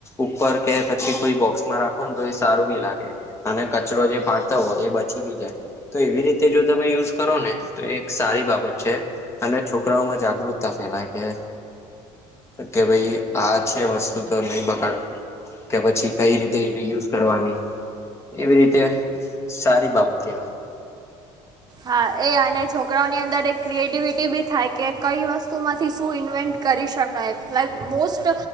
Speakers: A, on the left; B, on the right.
A: ઉપર કે પછી કોઈ બોક્સમાં રાખો ને તો એ સારું બી લાગે. અને કચરો જે પાડતા હોય એ બચી બી જાય. તો એવી રીતે જો તમે યુઝ કરો ને તો એક સારી બાબત છે. અને છોકરાઓમાં જાગૃતતા ફેલાય કે કે ભાઈ આ છે વસ્તુ નહી બગાડ કે પછી કઈ રીતે યુઝ કરવાની. એવી રીતે સારી બાબત કહેવાય.
B: હા એ અને છોકરાઓની અંદર એક ક્રિએટિવિટી બી થાય કે કઈ વસ્તુમાંથી શું ઇન્વેન્ટ કરી શકાય લાઈક મોસ્ટ